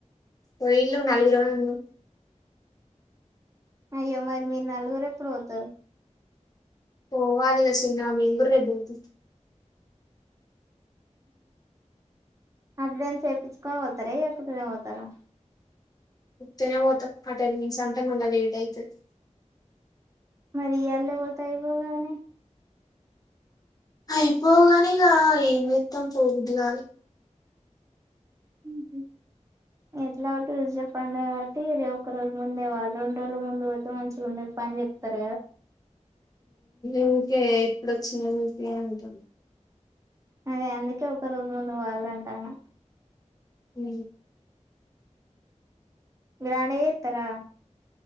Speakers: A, on the left (about 30°); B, on the right (about 25°).
A: పోయిలు నాలుగు రూ ఉన్నా
B: అయ్యో మరి మీరు నలుగురు ఎప్పుడు పోతారు
A: ఓ వాాలగా సింగ్వామి ఊరులేదుతు
B: అడ్వాన్ చేయించుకొని పోవుతారా ఎకుతేర అవుతారా
A: ముప్తేనే పోతాం అటెండెన్స్ అంటే మళ్ళా లేట్ అయితుది
B: మరి ఇ అళ్ళ పోత అయిపోగానే
A: అయిపోగానేక ఏం చెత్తాం పోగుద్ంది కాలి
B: ఇ ఎట్లా ఒకటి రుజ చెప్పండి కాట్టి రే ఒ ఒక రోజు ముందే ఆల్రౌండ్ రోజు ముందు పోతే మంచిగా ఉండే పని చెప్ప సర
A: ఊకే ఇప్పుడుొచ్చిన క అంటాను
B: అదిే అందుకే ఒక రూజ ముందు వాళ్ళ అంటాను
A: హ
B: గణే తరా